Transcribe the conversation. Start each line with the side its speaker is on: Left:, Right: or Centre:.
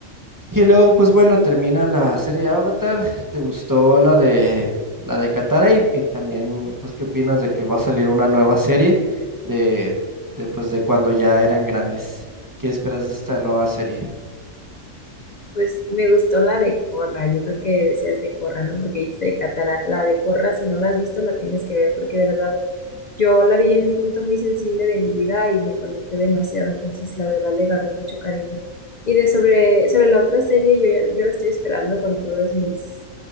Right: Y luego, pues bueno, termina la serie Avatar. ¿Te gustó la de la de Katara? Y, y también, pues, ¿qué opinas de que va a salir una nueva serie de, de, pues, de cuando ya eran grandes? ¿Qué esperas de esta nueva serie?
Left: Pues me gustó la de Corra, yo creo que deseas de Corra, ¿no? Porque dice Katara, la de Corra, si no la has visto, la tienes que ver, porque de verdad Yo la vi en un punto muy sensible de mi vida y me conecté demasiado, entonces la verdad le agarré mucho cariño. Y de sobre, sobre la otra serie, yo, yo la estoy esperando con todas mis,